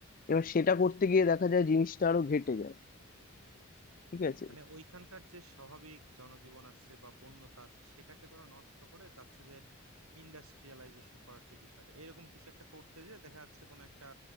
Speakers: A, on the left; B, on the right.
A: এবার সেটা করতে গিয়ে দেখা যায় জিনিসটা আরো ঘেটে যায় ঠিক আছে
B: মানে ওইখানকার যে স্বাভাবিক জনজীবন আছে বা বন্যতা আছে সেটাকে ধরো নষ্ট করে চাচ্ছে যে ইন্ডাস্ট্রিয়ালাইজেশন করার যে বিষয়টা এরকম কিছু একটা করতে যে দেখা যাচ্ছে কোনো একটা